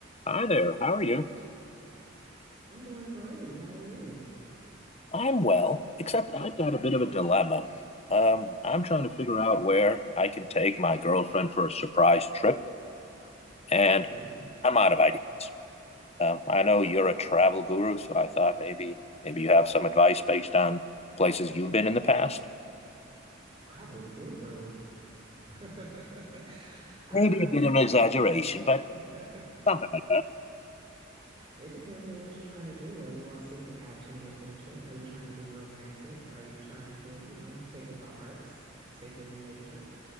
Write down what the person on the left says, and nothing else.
Hi there. How are you?
I'm well, except I've got a bit of a dilemma. Um, I'm trying to figure out where I can take my girlfriend for a surprise trip, and
I'm out of ideas. Um, I know you're a travel guru, so I thought maybe maybe you have some advice based on places you've been in the past.
Maybe a bit of an exaggeration, but
something like that.